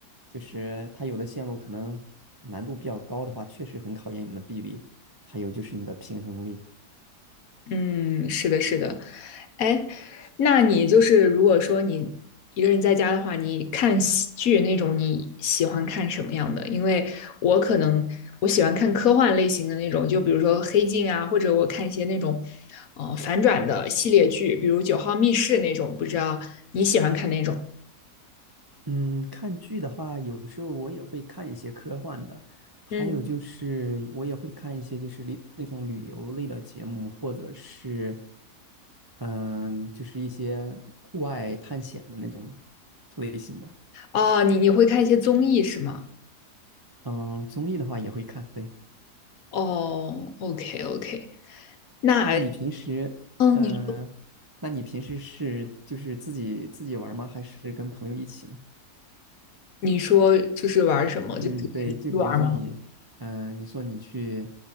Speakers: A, on the right; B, on the left.
A: 就是它有的线路可能难度比较高的话，确实很考验你的臂力，还有就是你的平衡力。
B: 嗯，是的，是的。哎，那你就是如果说你一个人在家的话，你看喜剧那种，你喜欢看什么样的？因为我可能我喜欢看科幻类型的那种，就比如说《黑镜》啊，或者我看一些那种呃反转的系列剧，比如《九号密室》那种，不知道你喜欢看哪种？
A: 嗯，看剧的话，有时候我也会看一些科幻的，还有就是我也会看一些就是旅那种旅游类的节目，
B: 嗯，
A: 或者是嗯、就是一些户外探险的那种类型的。
B: 哦，你你会看一些综艺是吗？
A: 嗯、综艺的话也会看。对，
B: 哦，OK OK，那
A: 那你平时呃，
B: 嗯，你
A: 那你平时是就是自己自己玩儿吗？还是跟朋友一起呢？
B: 你说就是玩什么？
A: 就是你对，
B: 就是玩吗？
A: 就比如说你，呃，你说你去，